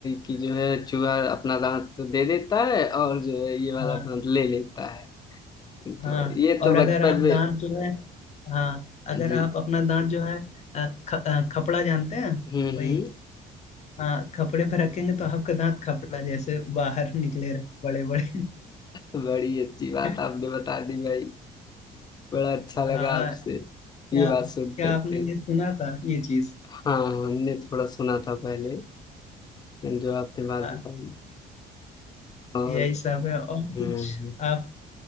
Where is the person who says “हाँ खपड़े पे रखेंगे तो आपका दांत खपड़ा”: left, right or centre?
Left